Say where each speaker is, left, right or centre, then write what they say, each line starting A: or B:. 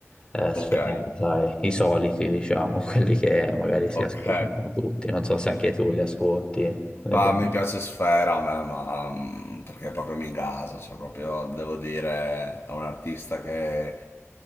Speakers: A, on the left; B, on the left.
A: eh, Sfera,
B: Ok,
A: sai, i soliti, diciamo, <laughs> quelli che magari si
B: ok.
A: ascoltano tutti. Non so se anche tu li ascolti. ne
B: Bah,
A: pensi?
B: mi piace Sfera a me, ma mm, perché proprio mi gasa, cioè proprio devo dire, è un artista che,